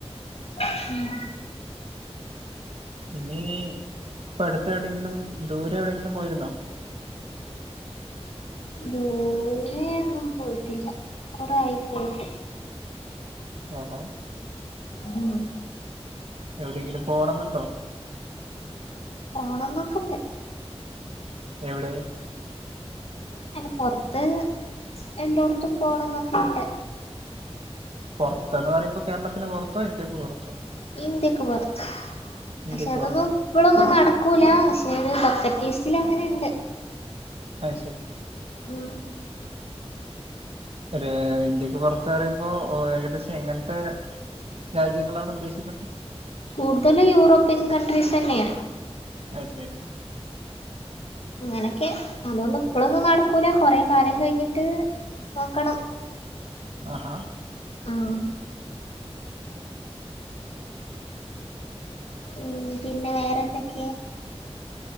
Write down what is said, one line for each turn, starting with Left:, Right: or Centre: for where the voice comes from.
Left: ഉം
Right: ഇനി ഇപ്പ അടുത്ത് എവിടെയെങ്കിലും ദൂരെ എവിടെയെങ്കിലും പോയിരുന്നോ?
Left: ദൂരെ ഒന്നും പോയിട്ടില്ല കുറെ ആയി പോയിട്ട്.
Right: ആ ആ
Left: ഉം
Right: എവിടെയെങ്കിലും പോണം എന്നുണ്ടോ?
Left: പോണംന്നൊക്കണ്ട്.
Right: എവിടെ?
Left: അങ്ങനെ പൊറത്ത് എല്ലാടത്തും പോണംന്നൊക്കെ ഉണ്ട്.
Right: പുറത്ത്ന്ന് പറയുമ്പോ കേരളത്തിന് പുറത്തോ ഇന്ത്യക്ക് പുറത്തോ?
Left: ഇന്ത്യാക്ക് പുറത്ത്.
Right: ഇന്ത്യക്ക്
Left: പക്ഷെ അതൊന്നും
Right: പുറത്ത്
Left: ഇപ്പോളൊന്നും നടക്കൂല. പക്ഷെ ഒരു ബക്കറ്റ് ലിസ്റ്റില അങ്ങനെ ഉണ്ട്.
Right: അത് ശരി
Left: ഉം
Right: ഒരു ഇന്ത്യക്ക് പുറത്ത പറയുമ്പോ ഏകദേശം എങ്ങനത്തെ രാജ്യങ്ങളാണ് ഉദ്ദേശിക്കുന്നത്?
Left: കൂടുതല് യൂറോപ്യൻ കണ്ടട്രീസ് തന്നെണ്.
Right: അത് ശരി.
Left: അങ്ങനൊക്കെ അതൊന്നും ഇപ്പളോന്നും നടക്കൂല കൊറെ കാലം കഴിഞ്ഞിട്ട്. നോക്കണം
Right: ആഹാ
Left: ആഹ് ഉം പിന്നെ വേറെന്തൊക്കെ